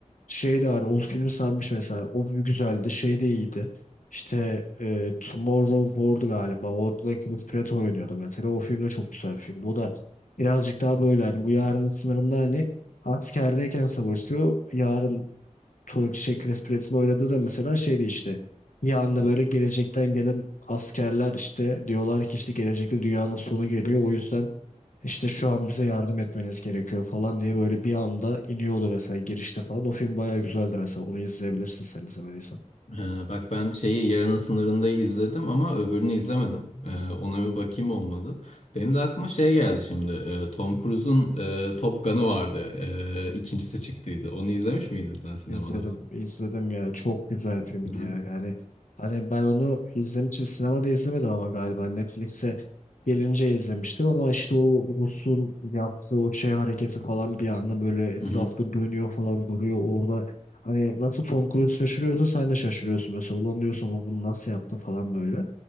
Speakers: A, on the left; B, on the left.
A: şey de hani o filmi sanmış mesela. O güzeldi. Şey de iyiydi. İşte e, Tomorrow War galiba. Orada da Chris Pratt oynuyordu mesela. O film de çok güzel bir filmdi. O da birazcık daha böyle hani bu yarının sınırında hani askerdeyken savaşıyor. Yarın Tu- şey, Chris Pratt'in oynadığı da mesela şeydi işte. Bir anda böyle gelecekten gelen askerler işte diyorlar ki işte gelecekte dünyanın sonu geliyor. O yüzden işte şu an bize yardım etmeniz gerekiyor falan diye böyle bir anda iniyordu mesela girişte falan. O film bayağı güzeldi mesela. Onu izleyebilirsin sen izlemediysen.
B: Ee, bak ben şeyi Yarının Sınırında izledim ama öbürünü izlemedim. Ee, ona bir bakayım olmadı. Benim de aklıma şey geldi şimdi. Ee, Tom Cruise'un e, Top Gun'ı vardı. Ee, ikincisi çıktıydı. Onu izlemiş miydin sen sinemada
A: İzledim,
B: falan?
A: izledim ya. Çok güzel filmdi
B: Hı hı.
A: ya. Yani hani ben onu izlemek için sinemada izlemedim ama galiba Netflix'e gelince izlemiştim ama işte o Rus'un yaptığı o şey hareketi falan bir anda böyle etrafta
B: Hı hı.
A: dönüyor falan duruyor orada. Hani nasıl Tom Cruise şaşırıyorsa sen de şaşırıyorsun mesela. Ulan diyorsun o bunu nasıl yaptı falan böyle.